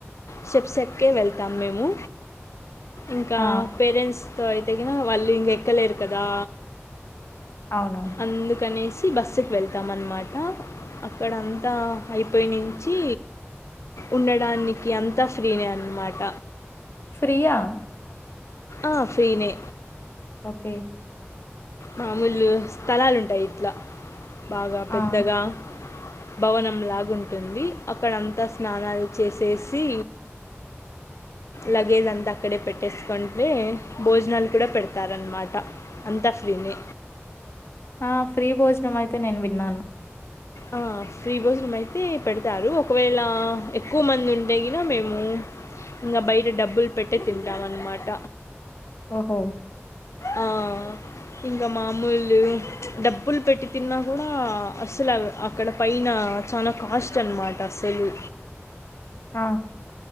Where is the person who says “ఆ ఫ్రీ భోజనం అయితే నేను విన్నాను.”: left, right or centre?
Left